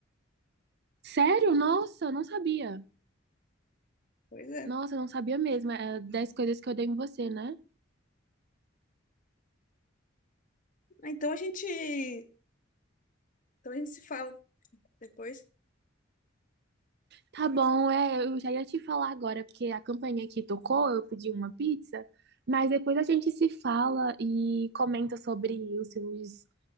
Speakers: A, on the right (about 55°); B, on the left (about 45°).
A: Sério? Nossa, eu não sabia.
B: Pois é.
A: Nossa, eu não sabia mesmo. É 10 coisas que eu dei em você, né?
B: Ah, então a gente, então a gente se fala depois.
A: Tá bom, é, eu já ia te falar agora, porque a campainha aqui tocou, eu pedi uma pizza, mas depois a gente se fala e comenta sobre os filmes